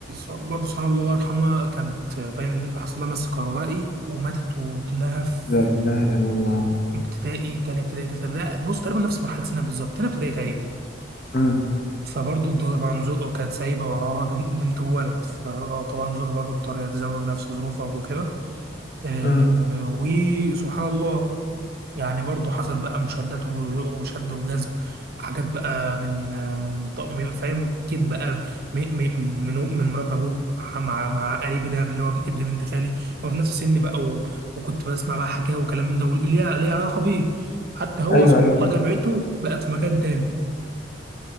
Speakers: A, on the right; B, on the left.
A: برضه سبحان الله الله يرحمها كانت باين حصل لها مس كهربائي وماتت وابنها في
B: لا إله إلا الله
A: في ابتدائي تانية ابتدائي تالتة ابتدائي بص تقريبا نفس مرحلة سنك بالظبط تانية ابتدائي تقريبا
B: مم.
A: فبرضه طبعا زوجها كانت سايبة وراها بن- بنت وولد فطبعا زوجها برضه اضطر يتزوج نفس ظروفها وكده آه،
B: مم.
A: آه، وسبحان الله يعني برضه حصل بقى مشادات و- وشد وجذب وحاجات بقى من آه، من ط- من- فاهم اكيد بقى م- م- من من من مرات ابوه مع مع مع قريب ده اللي هو ابن بنت خالي هو في نفس سني بقى و- وكنت بسمع بقى حكاوي وكلام من ده وليه ليه علاقه بيه حتى هو
B: أيوه
A: سبحان
B: أيوه
A: الله
B: فهمت.
A: جامعته بقت في مكان تاني